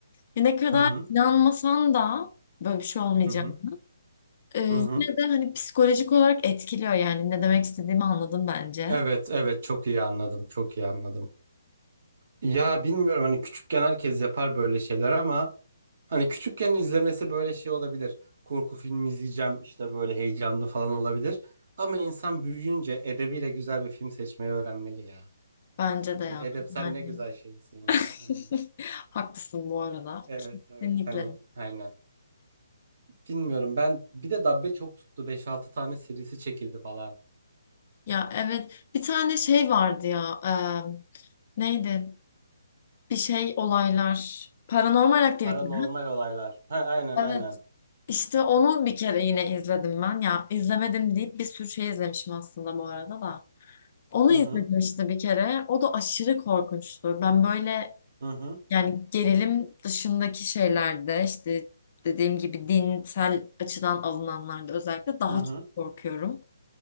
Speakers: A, on the left; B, on the right.
A: Ya ne kadar
B: Hı hı.
A: inanmasan da böyle bir şey olmayacak.
B: Hı hı.
A: Ee,
B: Hı hı.
A: yine de hani psikolojik olarak etkiliyor yani. Ne demek istediğimi anladın bence.
B: Evet, evet çok iyi anladım. Çok iyi anladım. Ya bilmiyorum hani küçükken herkes yapar böyle şeyler ama Hani küçükken izlemesi böyle şey olabilir. Korku filmi izleyeceğim işte böyle heyecanlı falan olabilir. Ama insan büyüyünce edebiyle güzel bir film seçmeyi öğrenmeli ya.
A: Bence de ya.
B: Hani edep sen
A: Yani
B: ne güzel şeysin ya.
A: <laughs>
B: Aynen.
A: haklısın bu arada.
B: Evet
A: Kesinlikle.
B: evet hani aynen. Bilmiyorum ben bir de Dabbe çok tuttu. beş altı tane serisi çekildi falan.
A: Ya evet bir tane şey vardı ya. eee, neydi? Bir şey olaylar. Paranormal aktivite.
B: Paranormal olaylar. Ha, aynen
A: Evet.
B: aynen.
A: İşte onu bir kere yine izledim ben. Ya izlemedim deyip bir sürü şey izlemişim aslında bu arada da. Onu
B: Hı
A: izledim
B: hı.
A: işte bir kere. O da aşırı korkunçtu. Ben böyle
B: Hı hı.
A: yani gerilim dışındaki şeylerde işte dediğim gibi dinsel açıdan alınanlarda özellikle daha
B: Hı hı.
A: çok korkuyorum.